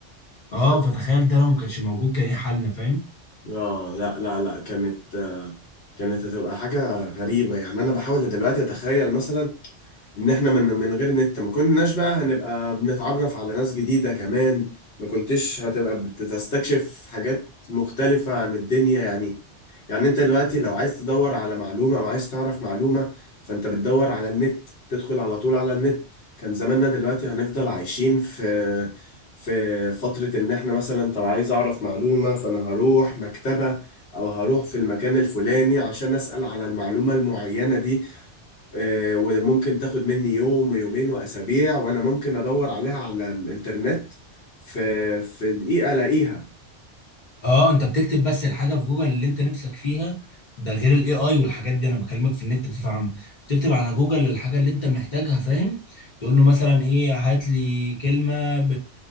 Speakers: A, on the left; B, on the left.
A: اه
B: بس.
A: فتخيل ده لو ما كانش موجود كان ايه حالنا فاهم
B: اه لا لا لا كانت آه، كانت هتبقى حاجة غريبة يعني انا بحاول دلوقتي اتخيل مثلا ان احنا من من غير نت ما كناش بقى هنبقى بنتعرف على ناس جديدة كمان ما كنتش هتبقى بتستكشف حاجات مختلفة عن الدنيا يعني يعني انت دلوقتي لو عايز تدور على معلومة او عايز تعرف معلومة فانت بتدور على النت تدخل على طول على النت كان زماننا دلوقتي هنفضل عايشين في في فترة ان احنا مثلا طب عايز اعرف معلومة فانا هروح مكتبة او هروح في المكان الفلاني عشان اسأل على المعلومة المعينة دي اه، وممكن تاخد مني يوم ويومين واسابيع وانا ممكن ادور عليها على الانترنت في في دقيقة الاقيها
A: اه انت بتكتب بس الحاجه في جوجل اللي انت نفسك فيها ده غير الاي اي والحاجات دي انا بكلمك في النت بصفه عامه بتكتب على جوجل الحاجه اللي انت محتاجها فاهم تقول له مثلا ايه هات لي كلمه ب...